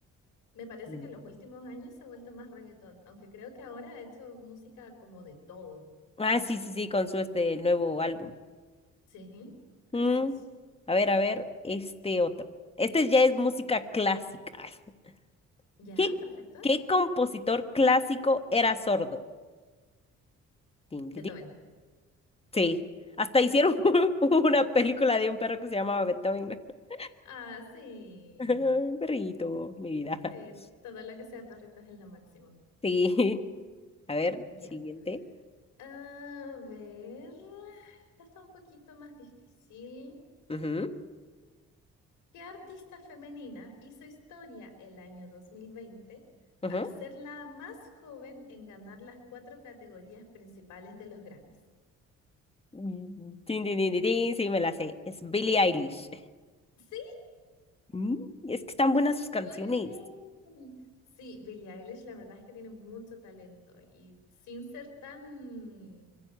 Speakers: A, on the left; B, on the left.
A: Me parece
B: Mm.
A: que en los últimos años se ha vuelto más reggaetón, aunque creo que ahora ha hecho música como de todo.
B: Ah, sí, sí, sí, con su este nuevo álbum.
A: Sí,
B: Mm,
A: así es.
B: a ver, a ver, este otro. Este ya es música clásica. <laughs>
A: Ya,
B: ¿Qué,
A: perfecto.
B: qué compositor clásico era sordo? Tin, tin,
A: Beethoven.
B: tin. Sí, hasta hicieron <laughs> una película de un perro que se llamaba Beethoven. <laughs>
A: Ah, sí.
B: Un perrito, mi vida. <laughs>
A: Sí, todo lo que sea perritos es lo máximo.
B: Sí, a ver,
A: Ya.
B: siguiente.
A: A ver. Esta está un poquito más difícil.
B: Ujú,
A: ¿Qué artista femenina hizo historia el año 2020
B: <laughs> ujú.
A: al ser la más joven en ganar las cuatro categorías principales de los Grammys?
B: Mm, tin, tin, tin, tin, tin, Sí, me la sé. Es Billie Eilish.
A: Sí.
B: Mm, Es que están buenas sus canciones.
A: Muy bien. Sí, Billie Eilish la verdad es que tiene mucho talento y sin ser tan